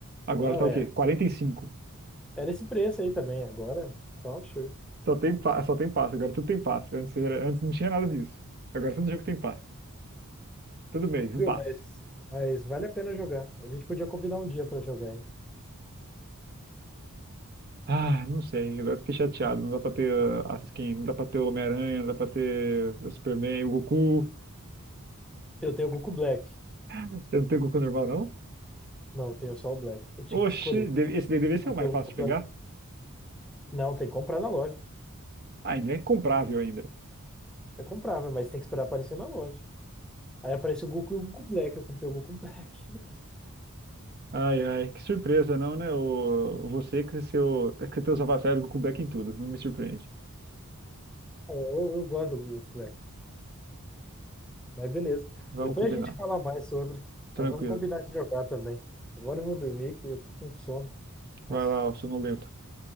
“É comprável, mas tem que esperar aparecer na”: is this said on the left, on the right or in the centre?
Centre